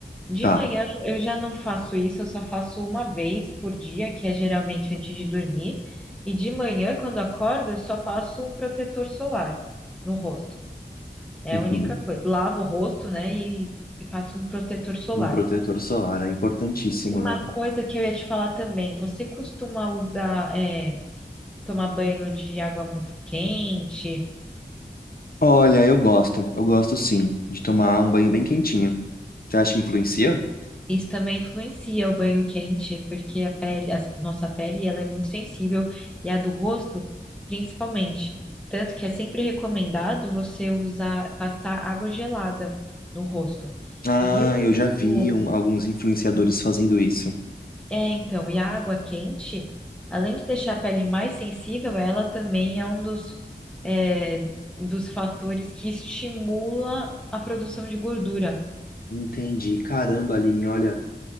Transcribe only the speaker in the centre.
De
manhã eu já não faço isso, eu só faço uma vez por dia, que é geralmente antes de dormir. E de manhã, quando acordo, eu só passo um protetor solar no rosto.
É a única coisa. Lavo o rosto, né, e, e passo um protetor solar.
Uma
coisa que eu ia te falar também, você costuma usar, é, tomar banho de água muito quente?
Isso também influencia o banho quente, porque a pele, a nossa pele, ela é muito sensível e a do rosto, principalmente. Tanto que é sempre recomendado você usar, passar água gelada no rosto.
E o,
o-
é, então, e a água quente, além de deixar a pele mais sensível, ela também é um dos, é, dos fatores que estimula a produção de gordura.